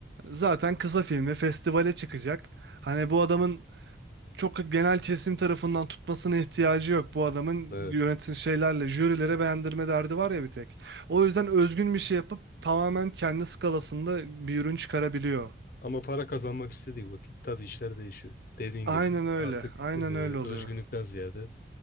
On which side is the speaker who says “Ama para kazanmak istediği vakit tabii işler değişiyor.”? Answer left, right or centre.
Left